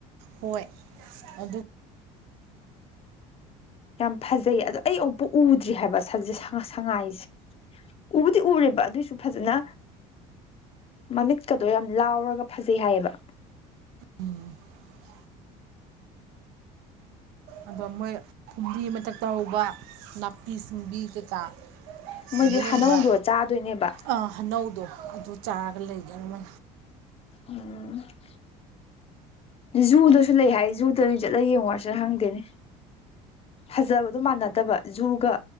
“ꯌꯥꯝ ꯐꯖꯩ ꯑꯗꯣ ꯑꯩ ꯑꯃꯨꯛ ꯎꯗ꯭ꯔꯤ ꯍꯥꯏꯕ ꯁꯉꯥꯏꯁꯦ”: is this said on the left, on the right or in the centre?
Left